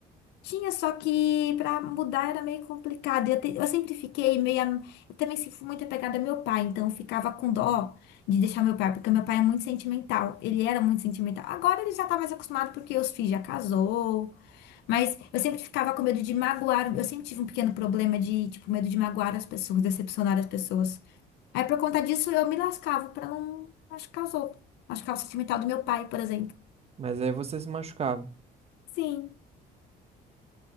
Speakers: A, on the left; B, on the right.
A: Tinha, só que para mudar era meio complicado. Eu, te- eu sempre fiquei meio. Eu também se- fui muito apegada ao meu pai, então eu ficava com dó de deixar meu pai, porque meu pai é muito sentimental. Ele era muito sentimental. Agora ele já tá mais acostumado porque os filhos já casou. Mas eu sempre ficava com medo de magoar. Eu sempre tive um pequeno problema de, tipo, medo de magoar as pessoas, decepcionar as pessoas. Aí por conta disso eu me lascava pra não machucar os outros. Machucar o sentimental do meu pai, por exemplo.
B: Mas aí você se machucava.
A: Sim.